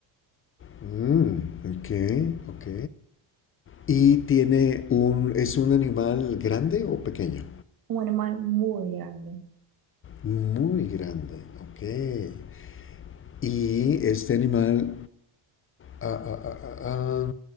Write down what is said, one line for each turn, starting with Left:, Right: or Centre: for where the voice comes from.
Left: Mm, ok, ok. ¿Y tiene un, es un animal grande o pequeño?
Right: Un animal muy grande.
Left: Muy grande, ok. ¿Y este animal ah, ah, ah, ah, ah,